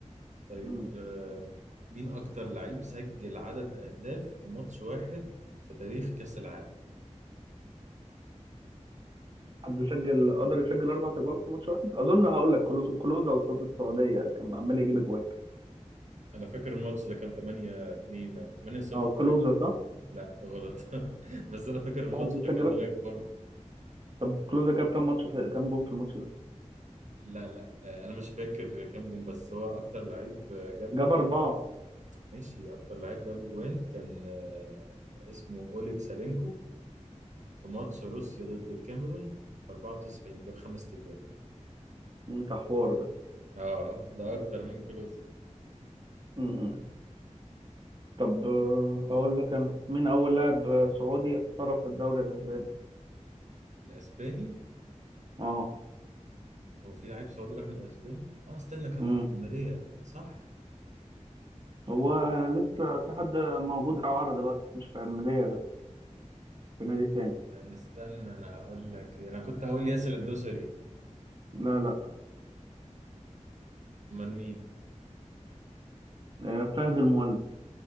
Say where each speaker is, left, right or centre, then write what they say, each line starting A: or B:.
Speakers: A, on the right; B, on the right.
A: طيب
B: مم.
A: آه، مين اكتر لعيب سجل عدد اهداف في ماتش واحد في تاريخ كاس العالم
B: حد سجل قدر يسجل اربع اجوان في ماتش واحد اظن هقول لك كلوز... كلوزا قصاد السعوديه كان عمال يجيب اجوان
A: انا فاكر الماتش ده كان 8 2 او 8 0
B: اه كلوزا صح
A: لا غلط <laughs> بس انا فاكر الماتش
B: في حد
A: ده
B: سجل
A: كان
B: اكتر
A: لايف برضه
B: طب كلوزا جاب كام ماتش في... كام جون في الماتش ده
A: لا لا آه، انا مش فاكر كام جون بس هو اكتر لعيب آه، جاب
B: جاب اربعه
A: ماشي اكتر لعيب جاب جوان كان آه، اسمه اوليك سالينكو في ماتش روسيا ضد الكاميرون في 94 جاب خمس تجوان
B: أمم، ده حوار ده
A: اه ده اكتر من كلوز
B: امم طب آه، هقول لك انا مين اول لاعب آه، سعودي احترف في الدوري الاسباني
A: الاسباني
B: اه
A: هو في لعيب سعودي راح الاسباني اه استنى كان
B: امم
A: مع الماريا صح
B: هو لسه في حد موجود اعاره دلوقتي مش في ارميليه لا في نادي تاني
A: استنى انا هقول لك انا كنت هقول ياسر الدوسري
B: لا لا
A: امال مين
B: آه، فهد المولد